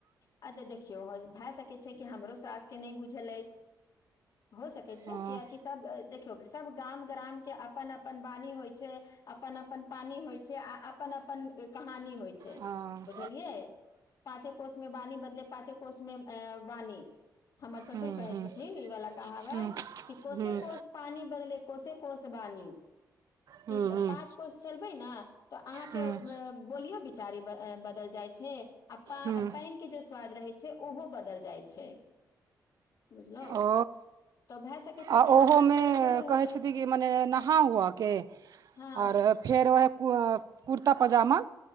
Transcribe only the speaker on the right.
हँ
हँ
हूँ
हूँ
हूँ
हूँ
हूँ
हूँ
हूँ
हूँ
ओ
आ
ओहोमे
कहै छथि कि मने नहा उहाके
आओर फेर उहे कुर कुर्ता पैजामा